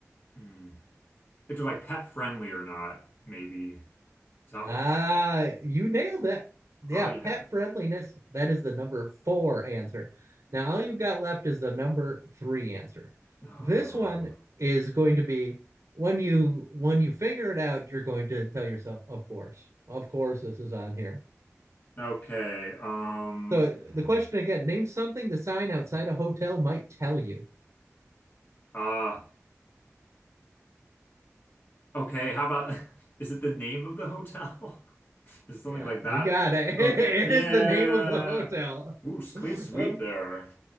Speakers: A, on the left; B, on the right.
A: hmm, if they're like pet friendly or not, maybe. Is that
B: Ah,
A: one?
B: you nailed it. Yeah,
A: Oh yeah.
B: pet friendliness. That is the number four answer. Now, all you've got left is the number three answer.
A: Oh.
B: This one is going to be when you when you figure it out, you're going to tell yourself, of course, of course, this is on here.
A: Okay. Um,
B: So
A: man.
B: the question again, name something the sign outside a hotel might tell you.
A: Ah, Okay, how about <laughs> is it the name of the hotel? <laughs> Is it something
B: Yeah,
A: like
B: you
A: that?
B: got it. <laughs>
A: Okay.
B: It
A: Yeah.
B: is the name of the hotel.
A: Ooh, s- clean
B: <laughs>
A: sweep
B: Of
A: there.